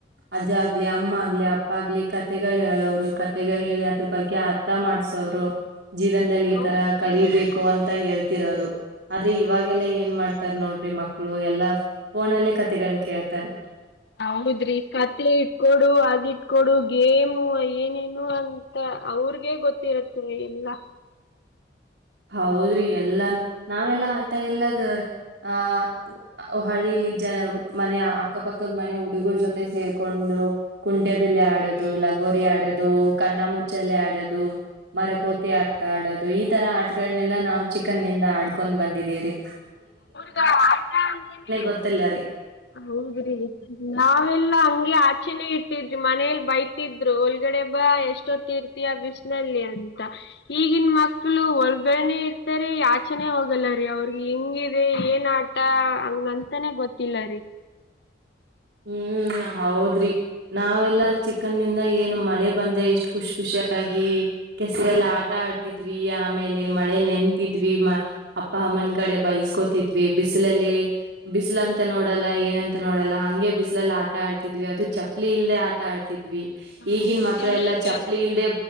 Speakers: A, on the right (about 75°); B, on the left (about 70°).
A: ಅಜ್ಜ ಆಗ್ಲಿ ಅಮ್ಮ ಆಗ್ಲಿ ಅಪ್ಪ ಆಗ್ಲಿ ಕತೆಗಳು ಹೇಳವ್ರು ಕತೆಗಳು ಹೇಳಿ ಅದ್ರ ಬಗ್ಗೆ ಅರ್ಥ ಮಾಡ್ಸ. <inaudible> ಜೀವನದಲ್ಲಿ ಈ
B: ಹೌದ್ರಿ
A: ತರ ಕಲಿಬೇಕು ಅಂತ ಹೇಳ್ತಿರೋರು ಆದ್ರೆ ಇವಾಗೆಲ್ಲ ಏನ್ ಮಾಡ ರ್ -ನೋಡ್ರಿ ಮಕ್ಕಳು ಎಲ್ಲಾ ಫೋನಲ್ಲೇ ಕತೆಗಂಡ ಕೇಳ್ತಾರ.
B: ಹೌದ್ರಿ ಕತೆ ಇಟ್ಕೊಡು ಅದ್ ಇಟ್ಕೊಡು ಗೇಮು ಏನೇನು ಅಂತ. ಅವ್ರಗ ಗೊತ್ತಿರುತ್ತೆ ಎಲ್ಲಾ
A: ಹೌದ್ರಿ ಎಲ್ಲಾನು ನಾವೆಲ್ಲಾ ಆಟ ಎಲ್ಲದ ಆಹ ಹಳ್ಳಿ. ಇ -ಜನ ಮನೆ ಅಕ್ಕಪಕ್ಕದ ಮನೆ ಹುಡುಗರ ಜೊತೆ ಸೇರ್ಕೊಂಡು ಕುಂಟೆ ಬಿಲ್ಲೆ ಆಡುತ್ತ. ಲಗೋರಿ ಆಡೋದು ಕಣ್ಣ ಮುಚ್ಚ. ಚಲೆ ಆಡೋದು ಮರಕೋತಿ ಆಟ ಆಡೋದು ಈ ತರ ಆ ಗಳನೆಲ್ಲ ನಾವವು ಚಿಕನ್ಂದ ಆಡ್ಕೊಂಡ್ ಬಂದಿದೀವರಿ
B: ಟಂದ
A: ಗೊತ್ತಿಲ್ಲ
B: ಗೊ
A: ರೀ
B: <unintelligible> ಲ್ಲ ನೆ ಹಂಗಗೆ ಆಚೆನೆ <unintelligible> ಮನೇಲಿ ಬೈತಿದ್ರು ಒಳಗಡೆ ಎಷ್ಟೊತ್ತೀರ್ತಿ- ಆ- ಬಿಸನಲ್ಲಿ ಅಂತ ಈಗಿನ ಮಕ್ಕಳು ಹೊರ್ಗನೆ ಇರ್ತಾರೆ. ಯಾಚನೆ ಹೋಗಲ್ಲ ರೀ ಅವ್ರಿಗೆ ಹೆಂಗಿದೆ ಏನ್ ಆಟ ಹಂಗಂತಾನೇ ಗೊತ್ತಿಲ್ಲರಿ.
A: ಹ್ಮ್- ಹೌದ್ರಿ ನಾವೆಲ್ಲಾ <unintelligible> ನಮಳೆ ಬಂದ್ರೆ ಎಷ್ಟ್ ಖುಷ್ ಖುಷಿ. ಕೆಸರಲ್ಲಿ ಆಟ ಆಡ್ತಿದ್ವಿ ಆಮೇಲೆ ಮಳೆಯಲ್ಲಿ ನೆಂತಿದ್ವಿ -ಅ- ಮನ್ ಕಡೆ ಬೈಸ್ಕೋತಿದ್ವಿ ಬಿಸಿಲಲ್ಲಿ ಬಿಸಲು ಅಂತ ನೋಡಲ್ಲ ಏನಂತ ನೋಡಲ್ಲ ಹಂಗೆ. ಬಿಸ್ಲಲ್ಲಿ ಆಟ ಆಡ್ತಿದ್ವಿ ಅದು ಚಪ್ಪಲಿ ಇಲ್ಲೇ ಆಟ ಆಡ್ತಿದ್ವಿ.
B: ಹೌದ್ರಿ
A: ಈಗನ್ ಮಕ್ಳೆಲ್ಲಾ
B: ಈಗಿನ್
A: ಚಪ್ಪಲಿ ಇಲ್ದೆ